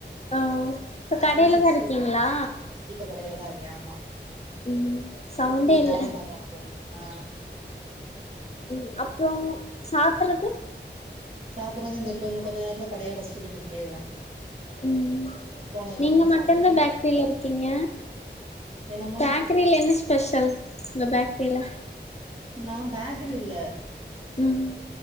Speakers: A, on the left; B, on the right.
A: ஆ இப்ப
B: அதனால
A: கடையிலதா
B: சிக்ஸ்
A: இருக்கீங்ளா
B: ஃபிப் இப்ப கடையில தா இருக்கே ஆமா
A: ம் சவுண்டே
B: இப் போய்
A: இல்ல
B: வேல பாக்கணு கொஞ்சோ ஆ
A: ம் அப்றோ சாத்துறது
B: சாப்பிறது இந்த இப்ப இன்னு கொஞ்ச நேரத்துல கடைய அடச்ட்டு வீட்டுக்கு போயிருவே
A: ம்
B: போனதுக்கு
A: நீங்க
B: அப்புறோ
A: மட்டுந்தா
B: சாப்ட்டுட்டு
A: பேக்ட்ரில இருக்கீங்க
B: என்னமா
A: பேக்ரில என்ன ஸ்பெஷல் உங்க பேக்ரில
B: நா பேக்ரி இல்ல
A: ம்